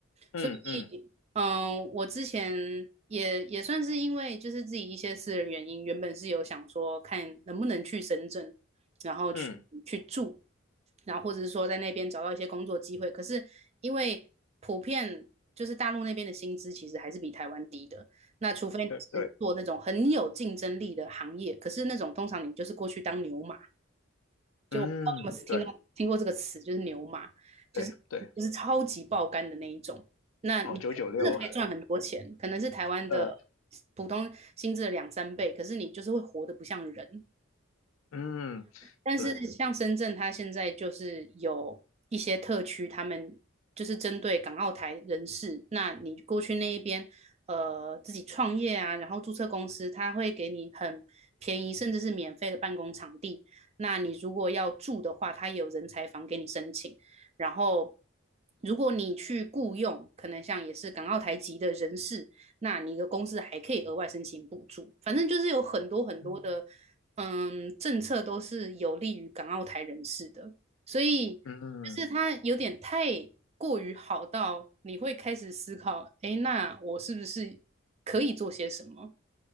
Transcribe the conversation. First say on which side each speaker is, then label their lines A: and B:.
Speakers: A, on the left; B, on the right.
A: 嗯嗯
B: 所以，嗯，我之前也也算是因为就是自己一些私人原因，原本是有想说看能不能去深圳，然后去去住，
A: 嗯，
B: 然后或者是说在那边找到一些工作机会。可是因为普遍就是大陆那边的薪资其实还是比台湾低的，那除非你是做那种很有竞争力的行业，
A: 对，
B: 可是那种通常你就是过去当牛马，就我不知道你们听到听过这个词，
A: 嗯对。
B: 就是牛马，就是就是超级爆肝的那一种。
A: 对对，
B: 那你真的可以赚很多钱，
A: 哦，九九六，
B: 可能是台湾的
A: 呃，
B: 普通薪资的两三倍，可是你就是会活得不像人。
A: 嗯，
B: 但是像深圳，
A: 对，
B: 它现在就是有一些特区，他们就是针对港澳台人士，那你过去那一边，呃，自己创业啊，然后注册公司，他会给你很便宜，甚至是免费的办公场地。那你如果要住的话，他也有人才房给你申请。然后，如果你去雇佣，可能像也是港澳台籍的人士，那你的公司还可以额外申请补助。反正就是有很多很多的
A: 嗯
B: 嗯，政策都是有利于港澳台人士的，所以就是它有点太过于好到你会开始思考，
A: 嗯
B: 诶，那我是不是可以做些什么？